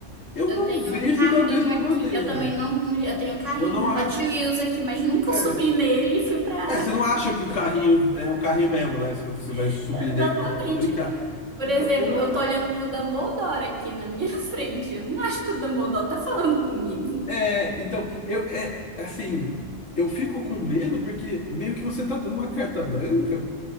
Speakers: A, on the left; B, on the right.
A: Eu
B: Eu
A: não
B: tenho
A: vejo
B: um carrinho
A: da mesma
B: aqui,
A: maneira.
B: eu também não, eu tenho um carrinho
A: Eu não
B: de
A: acho...
B: Hot Wheels aqui, mas nunca
A: É,
B: subi nele e fui pra...
A: é, você não acha que o carrinho é um carrinho mesmo, né? Você você vai
B: <laughs>
A: subir
B: Exatamente.
A: nele pra pra- pra brincar.
B: Por
A: Então,
B: exemplo,
A: eu não.
B: eu tô olhando pro Dumbledore aqui na minha <laughs> frente. Eu não acho que o Dumbledore tá falando comigo.
A: É, então, eu, é, assim, eu fico com medo porque meio que você tá dando uma carta branca